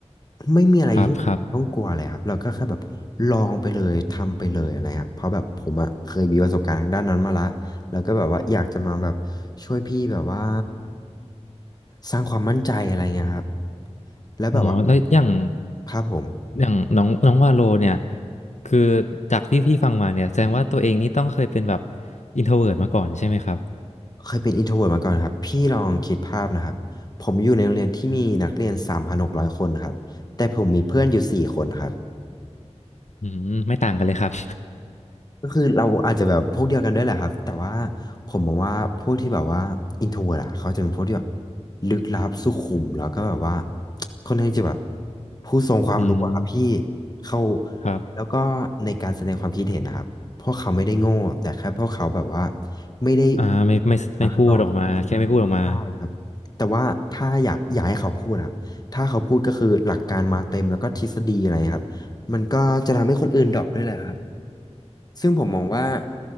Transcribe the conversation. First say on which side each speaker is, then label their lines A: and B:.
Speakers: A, on the left; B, on the left.
A: ไม่มีอะไรที่ต้องกลัวเลยครับเราก็แค่แบบลองไปเลยทำไปเลยอะไรครับเพราะแบบผมอะเคยมีประสบการณ์ทางด้านนั้นมาละแล้วก็แบบว่าอยากจะมาแบบ
B: ครับครับ
A: ช่วยพี่แบบว่าสร้างความมั่นใจอะไรเงี้ยครับแล้วแบบว่า
B: อ๋อแล้วอย่าง
A: ครับผม
B: อย่างน้องน้องวาโลเนี่ยคือจากที่พี่ฟังมาเนี่ยแสดงว่าตัวเองนี่ต้องเคยเป็นแบบอินโทรเวิร์ตมาก่อนใช่ไหมครับ
A: เคยเป็นอินโทรเวิร์ตมาก่อนครับพี่ลองคิดภาพนะครับผมอยู่ในโรงเรียนที่มีนักเรียนสามพันหกร้อยคนครับแต่ผมมีเพื่อนอยู่สี่คนครับ
B: อืมไม่ต่างกันเลยครับ
A: ก็คือเราอาจจะแบบพวกเดียวกันด้วยแหละครับแต่ว่าผมมองว่าพวกที่แบบว่าอินโทรเวิร์ตอะเขาจะเป็นพวกที่แบบลึกลับสุขุมแล้วก็แบบว่าค่อนข้างจะแบบผู้ทรงความรู้อะครับพี่
B: <laughs> อืม
A: เขา
B: ครับ
A: แล้วก็ในการแสดงความคิดเห็นนะครับพวกเขาไม่ได้โง่แต่แค่พวกเขาแบบว่าไม่ได้
B: อ่าไม่ไม่ไม่พูดออกมาแค่ไม่พูดออกมา
A: มาข้างนอกครับพี่ใช่ครับแต่ว่าถ้าอยากอยากให้เขาพูดครับถ้าเขาพูดก็คือหลักการมาเต็มแล้วก็ทฤษฎีอะไรครับมันก็จะทำให้คนอื่นดรอปด้วยแหละครับซึ่งผมมองว่า